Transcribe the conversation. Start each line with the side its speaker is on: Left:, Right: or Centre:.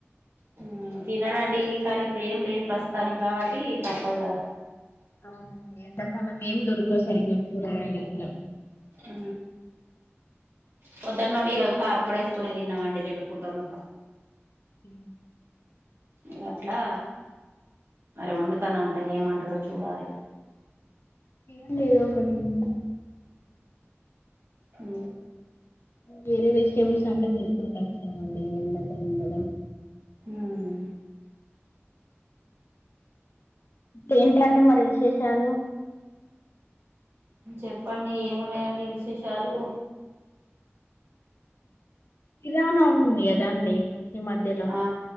Right: ఊ తినడండి కానీ ఇప్పుడు ఏం లేదు ప్రస్తుతానికి కాబట్టి తప్పదు కదా.
Left: అవునండి ఎంతకాలం ఏం దొరుకవు సరిగా కూరాగాయలు ఇంట్లో.
Right: అ పొద్దటి నుండి ఈ రోజు కార్పడి వేసుకునే తిన్నామండి రెండు పూటలు.
Left: ఇ
Right: ఇ అట్లా మరి వండుతాన అంట ఏమంటాడో చూడాలి.
Left: ఏండిద ఒకటి అంత
Right: అ ఊ
Left: వేరే వెజిటేబుల్స్ అంటే జరుపుడు కష్టం గా ఉంది ఎండకాలం కదా.
Right: హ్మ్
Left: ఏట్లండి మరి విశేషాలు
Right: చెప్పండి ఏమున్నాయండి విశేషాలు
Left: ఇద అనా ఉంది కదా అండి ఈ మధ్యలో
Right: ఆ